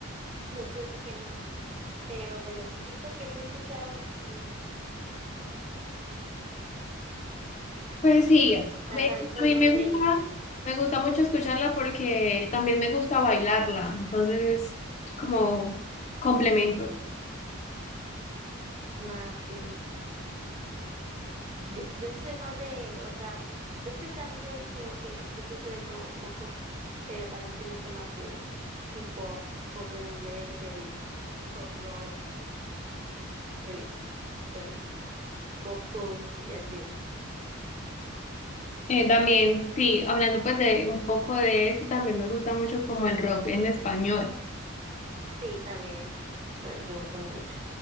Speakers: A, on the right (about 30°); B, on the left (about 35°).
A: mucho de ese género. Pero de lo poquito que sí he escuchado, sí.
B: Pues sí,
A: Ah,
B: me-
A: También soy
B: a mí
A: más
B: me gusta,
A: de...
B: me gusta mucho escucharla porque también me gusta bailarla, entonces es como complemento.
A: Ah, sí. Yo, yo sí soy más de... O sea, es que también soy... Te digo que sí escucho de todo un poco. Pero también sí me gusta más el, el pop. Pop en inglés, el pop rock, el, el pop punk y así.
B: Eh, también, sí, hablando pues de un poco de eso, también me gusta mucho como el rock en español.
A: Sí, también. el que me gusta mucho.